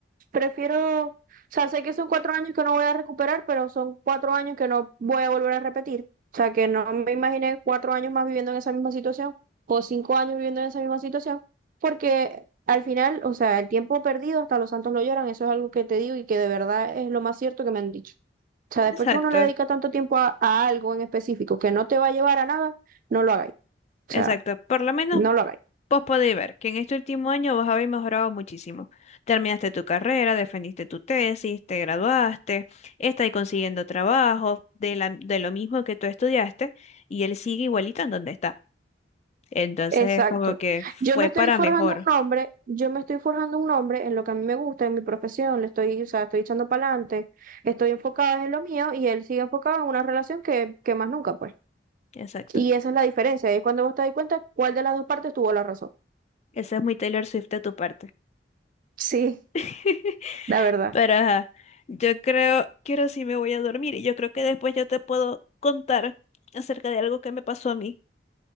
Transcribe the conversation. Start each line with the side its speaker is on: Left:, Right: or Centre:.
Right: prefiero, o sea, sé que son cuatro años que no voy a recuperar, pero son cuatro años que no voy a volver a repetir. O sea, que no me imaginé cuatro años más viviendo en esa misma situación o cinco años viviendo en esa misma situación, porque al final, o sea, el tiempo perdido hasta los santos lo lloran, eso es algo que te digo y que de verdad es lo más cierto que me han dicho. O sea,
Left: Exacto,
Right: después que uno le dedica tanto tiempo a, a algo en específico que no te va a llevar a nada, no lo hagáis.
Left: exacto.
Right: O sea,
Left: Por lo menos
Right: no lo hagáis.
Left: vos podéis ver que en este último año vos habéis mejorado muchísimo. Terminaste tu carrera, defendiste tu tesis, te graduaste, estáis consiguiendo trabajo de la- de lo mismo que tú estudiaste y él sigue igualito en donde está. Entonces
Right: Exacto.
Left: es como que fue
Right: Yo me estoy
Left: para
Right: forjando
Left: mejor.
Right: un nombre, yo me estoy forjando un nombre en lo que a mí me gusta, en mi profesión, le estoy, o sea, estoy echando para adelante, estoy enfocada en lo mío y él sigue enfocado en una relación que, que más nunca, pues.
Left: Exacto.
Right: Y esa es la diferencia, es cuando vos te das cuenta cuál de las dos partes tuvo la razón.
Left: Ese es muy Taylor Swift de tu parte.
Right: Sí,
Left: <laughs>
Right: la verdad.
Left: Pero ajá, yo creo que ahora sí me voy a dormir y yo creo que después yo te puedo contar acerca de algo que me pasó a mí,